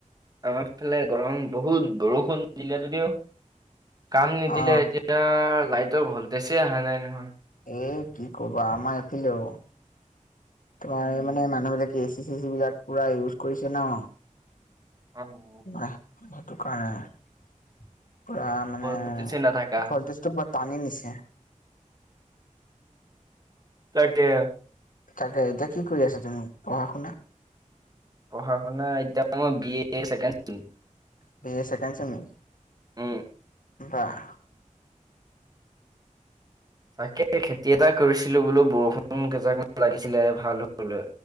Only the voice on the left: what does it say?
অ
এ কি ক'বা আমাৰ এফেলেঅ। তোমাৰ
এই মানে মানুহ বিলাক এ চি চে চি বিলাক পুৰা ইউজ কৰিছে ন।
আহ ভাতো খোৱা নাই পুৰা মানে
ভলটেজ
টো পুৱা টানি নিছে।
তাকে এতিয়া কি কৰি আছা তুমি পঢ়া শুনা?
B A second sem নি।
বাহ!